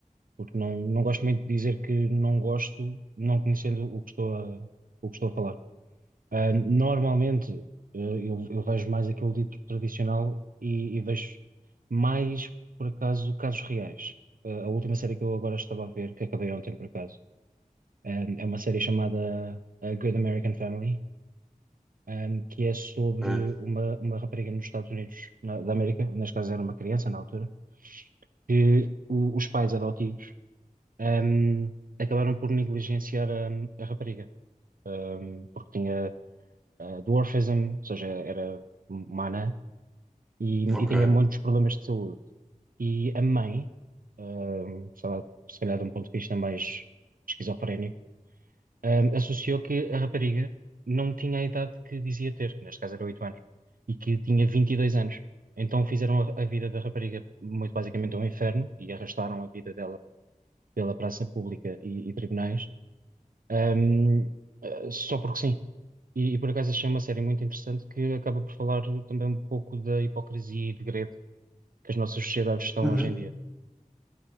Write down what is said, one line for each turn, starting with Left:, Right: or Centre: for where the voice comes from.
Right: porque não, não gosto muito de dizer que não gosto, não conhecendo o que estou a, o que estou a falar. Ah, normalmente, eh, eu, eu vejo mais aquele dito tradicional e, e vejo mais, por acaso, casos reais. Ah, a última série que eu agora estava a ver, que acabei ontem, por acaso, ah, é uma série chamada A Good American Family um, que é sobre
Centre: É,
Right: uma, uma rapariga nos Estados Unidos na- da América, neste caso era uma criança na altura, que o- os pais adotivos um, acabaram por negligenciar a, a rapariga, um, porque tinha uh, dwarfism, ou seja, era uma anã, e, e
Centre: ok.
Right: tinha muitos problemas de saúde. E a mãe, um, sei lá, se calhar de um ponto de vista mais esquizofrénico, ahm, associou que a rapariga não tinha a idade que dizia ter, que neste caso era 8 anos, e que tinha 22 anos. Então fizeram a, a vida da rapariga muito basicamente um inferno e arrastaram a vida dela pela praça pública e, e tribunais, ahm, ah, só porque sim. E, e por acaso achei uma série muito interessante que acaba por falar também um pouco da hipocrisia e degredo que as nossas sociedades estão
Centre: Uhum.
Right: hoje em dia.